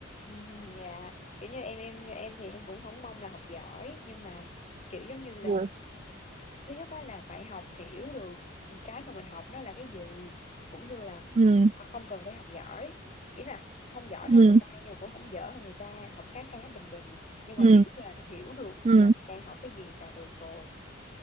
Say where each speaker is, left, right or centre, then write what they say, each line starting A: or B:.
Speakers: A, on the left; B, on the right.
A: Ừ, Dạ kiểu như em em như em thì em cũng không mong là học giỏi nhưng mà kiểu giống như là
B: ừ
A: thứ nhất đó là phải học hiểu được cái mà mình học đó là cái gì cũng như là
B: ừ
A: không cần phải học giỏi ý là không giỏi hơn
B: ừ
A: người ta nhưng mà cũng không dở hơn người ta học khá khá bình bình nhưng
B: ừ
A: mà hiểu là hiểu được
B: ừ
A: là đang học cái gì là được rồi